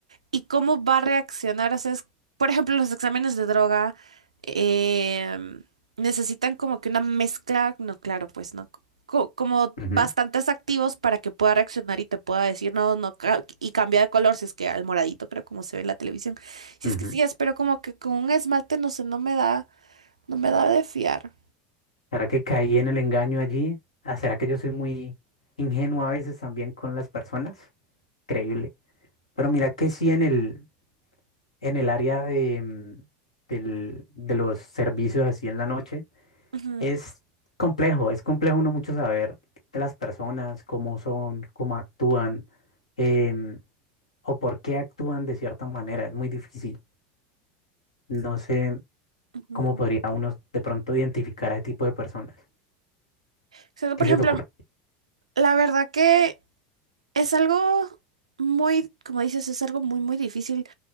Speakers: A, on the right; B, on the left.
A: y cómo va a reaccionar. O sea, es- por ejemplo, los exámenes de droga em, necesitan como que una mezcla, no, claro, pues no, co- como
B: ujú,
A: bastantes activos para que pueda reaccionar y te pueda decir no, no, ca- y cambia de color, si es que al moradito, creo, como se ve en la televisión. Si
B: ujú.
A: es que sí, espero como que con un esmalte, no sé, no me da, no me da de fiar.
B: ¿Será que caí en el engaño allí? Ah, ¿Será que yo soy muy ingenuo a veces también con las personas? Increíble. Pero mira que sí en el, en el área de, mm, del- de los servicios así en la noche,
A: Ujú,
B: es complejo, es complejo uno mucho saber de las personas, cómo son, cómo actúan, em, o por qué actúan de cierta manera, es muy difícil. No sé
A: ujú.
B: cómo podría uno de pronto identificar a ese tipo de personas.
A: O sea,
B: ¿Qué
A: por
B: se
A: ejemplo,
B: te ocurre?
A: la verdad que es algo muy, como dices, es algo muy, muy difícil